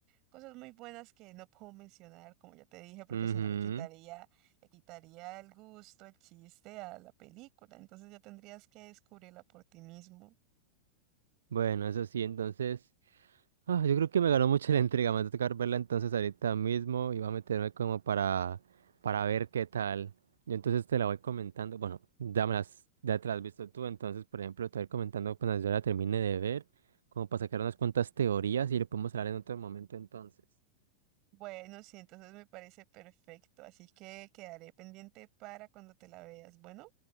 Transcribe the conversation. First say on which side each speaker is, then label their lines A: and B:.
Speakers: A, on the right; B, on the right.
A: cosas muy buenas que no <laughs> puedo mencionar, como ya te dije, porque
B: Ujú.
A: si no le quitaría, le quitaría el gusto, el chiste a la película, entonces ya tendrías que descubrirla por ti mismo.
B: Bueno, eso sí, entonces. Ah, yo creo que me ganó mucho la intriga. Me va a tocar verla entonces ahorita mismo y va a meterme como para, para ver qué tal. Yo entonces te la voy comentando. Bueno, ya me las, ya te las has visto tú. Entonces, por ejemplo, te voy a ir comentando cuando yo la termine de ver, como para sacar unas cuantas teorías y le podemos hablar en otro momento entonces.
A: Bueno, sí, entonces me parece perfecto, así que quedaré pendiente para cuando te la veas. Bueno,